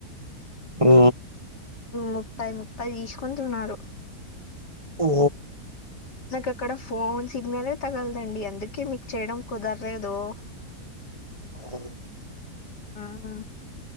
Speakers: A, on the right; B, on the left.
A: ఊ
B: ముప్పై ముప్పై తీసుకుంటున్నారు
A: ఓ
B: నాకు అక్కడ ఫోన్ సిగ్నలే తగలదండి అందుకే మీకు చేయడం కుదరలేదు <inaudible>
A: <unintelligible>
B: ఆహ